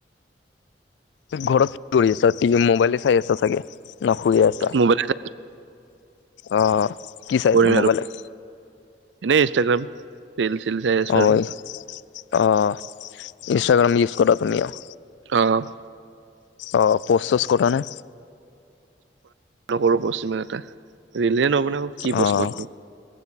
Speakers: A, on the left; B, on the right.
A: ঘৰত কি কৰি আছা, টিভি মোবাইলে চাই আছা চাগে না শুই আছা?
B: মোবাইল
A: অ', কি চাই
B: কৰিম
A: আছা মোবাইলত?
B: আৰু এনেই ইনষ্টাগ্ৰাম। ৰিল ছিল চাই আছো
A: অ',
B: আৰু
A: অঁ, ইনষ্টাগ্ৰাম ইউজ কৰা তুমি, অ'।
B: অ'।
A: অ', প'চ চ'চ কৰানে?
B: নকৰো পশিমান এটা ৰেলে নব ন কি
A: অ',
B: বস <unintelligible>